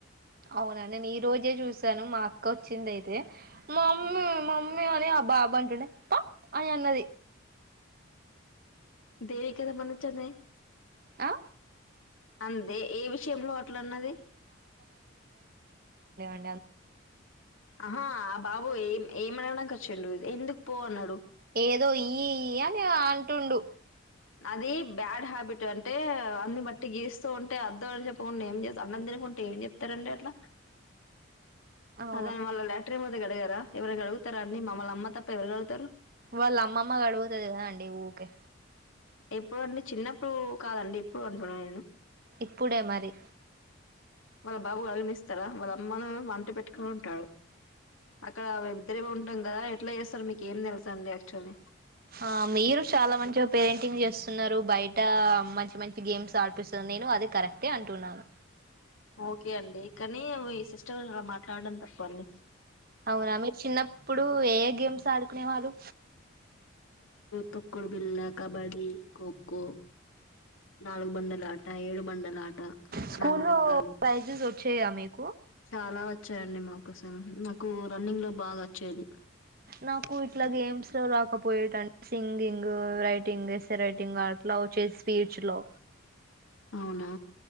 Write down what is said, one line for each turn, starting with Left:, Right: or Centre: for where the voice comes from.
Right: అవునండి నేను ఈ రోజే చూసాను మా అక్క వచ్చింది అయితే మా మమ్మీ మా మమ్మీ అని బబ్బా బబ్బా అంటునే పా అ అన్నది
Left: దేవకద మనచ్చనే
Right: ఆ
Left: అంతే ఏ విషయంలో అట్లా అన్నది
Right: ందే
Left: ఆహా ఆ బాబు ఏం ఏమనగడానికి వచ్చచండు ఎందుకు పో అన్నాడు
Right: ఏదో ఇ అని అంటుండు
Left: అది బ్యాడ్ హ్యాబిట్ అంటే అన్ని బట్టి గీస్తూ ఉంటే అద్దవాళ్ళు చెప్పకుండా ఏం చేస్త అన్న కుంటే ఏం చెప్తారండి అట్లా
Right: అవును
Left: అదా మళ్ళ లలాటరీ మీద గడిగారా ఎవరి అడుగుతార అండి మమ్మల్ని అమ్మ తప్ప ఎవరు కడుగుతారు
Right: వాళ్ళు అమ్మమ్మ అడుగుతుది కదా అండి ఊకే
Left: ఎప్పుడు అండి చిన్నప్పుడు కాదండి ఎప్పుడు అంటున్నా నేను
Right: ఇప్పుడే మరి
Left: వాళ్ళ బాబు కలగనిస్తారా వాళ్ళ అమ్మను వంట పెట్టుకుని ఉంటాడు అక్కడ ఉంటాం కదా ఎట్లా చేస్తారు మీకు ఏం తెలుసు అండి యాక్చువల్లీ
Right: ఆ మీరు చాలా మంచిగా పెయింటింగ్ చేస్తున్నారు బయట ట మంచి మంచి గేమ్స్ ఆడిపిస్తుంది నేను అది కరెక్టే అంటున్నాను
Left: ఓకే అండి కానీ మీ సిస్టర్ గారు అలా మాట్లాడడం తప్ప అండి
Right: అవునా మీరు చిన్నప్పుడు ఏ గేమ్స్ ఆడుకునేవాలు
Left: తోకుడు బిల్లా కబాడీ కో కో నాలల్గు బండల ఆట ఏడు బండల ఆట
Right: స్కూలో
Left: నాలుగు డబ్బాలు
Right: ప్రైజెస్ వచ్చాయా మీకు
Left: చాలా వచ్చాయండి మాకోసం నాకు రన్నింగ్ లో బాగా వచ్చేది
Right: నాకు ఇట్లా గేమ్స్ లో రాకపోయేటంటే సింగింగ్ రైటింగ్ ఎసే రైటింగ్ ఆట్లా లో చేసి స్పీచ్ లో
Left: అవునా